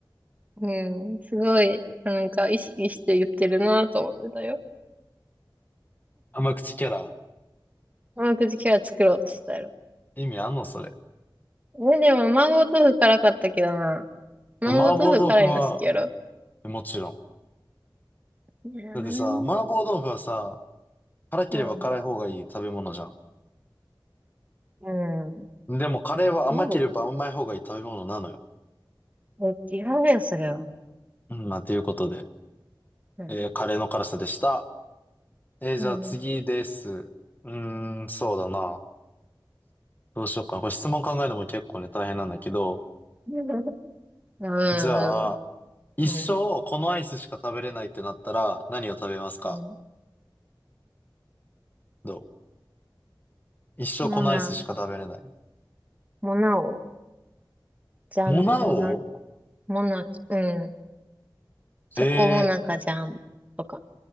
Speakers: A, on the right; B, on the left.
A: うん。すごい、なんか意識して言ってるなと思ってたよ。
B: 甘口キャラ
A: 甘口キャラ作ろうとしてたやろ。
B: 意味あんのそれ。
A: え、でも、麻婆豆腐辛かったけどな。麻婆豆腐辛いの好きやろ。
B: え麻婆豆腐は、えもちろん。
A: うん。
B: だってさ、麻婆豆腐はさ、辛ければ辛い方がいい食べ物じゃん。
A: うん。うん。
B: でもカレーは甘ければ甘い方がいい食べ物なのよ。
A: そう。え、違うよ、それは。
B: うん、まあ、ということで、
A: うん。
B: えーカレーの辛さでした。えーじゃあ次です。
A: うん。
B: うーん、そうだな。どうしようかな。これ質問考えるのも結構ね、大変なんだけど。
A: うん。う
B: じゃあ、一生このアイスしか食べれないってなったら何を食べますか
A: ん。うん。うん
B: どう一生このアイスしか食べれない。
A: もうな、もうなお。ジャンボ、
B: モナオ
A: もなか、もなか、うん。チョコモナカジャンボとか。
B: ええ